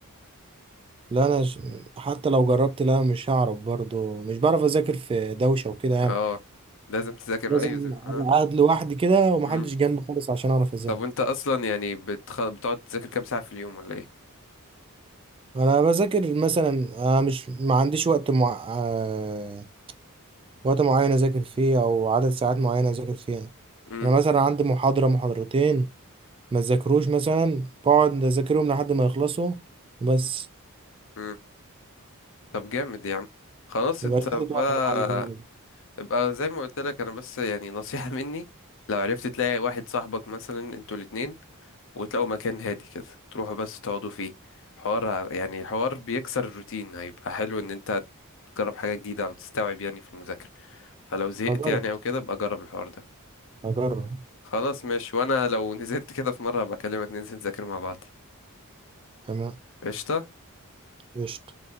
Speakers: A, on the right; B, on the left.
A: لا أنا ش- حتى لو جربت لا مش هعرف برضه مش بعرف أذاكر في دوشة وكده يعني
B: اه لازم تذاكر
A: لازم
B: أيوة زي ما
A: أبقى
B: اه
A: قاعد لوحدي كده ومحدش
B: مم.
A: جنبي خالص عشان اعرف اذاكر
B: طب وأنت أصلا يعني بتخ... بتقعد تذاكر كام ساعة في اليوم ولا إيه؟
A: انا بذاكر مثلا آه، مش ما عنديش وقت مع... آه، وقت معين اذاكر فيه او عدد ساعات معينه اذاكر فيها
B: مم.
A: انا مثلا عندي محاضره محاضرتين ما اذاكروش مثلا بقعد اذاكرهم لحد ما يخلصوا بس
B: مم. طب جامد يا عم خلاص
A: ما
B: انت
A: بقاش حاطط
B: بقى
A: وقت معين يعني
B: ابقى زي ما قلت لك انا بس يعني نصيحة <laughs> مني لو عرفت تلاقي واحد صاحبك مثلا انتوا الاتنين وتلاقوا مكان هادي كده تروحوا بس تقعدوا فيه حوار ع- يعني الحوار بيكسر الروتين هيبقى حلو ان انت تجرب حاجة جديدة او تستوعب يعني في المذاكرة فلو زهقت
A: هجرب
B: يعني او كده ابقى جرب الحوار ده
A: هجرب
B: خلاص ماشي وانا لو نزلت كده في مرة هبقى اكلمك ننزل نذاكر مع بعض
A: تمام
B: قشطة
A: قشطة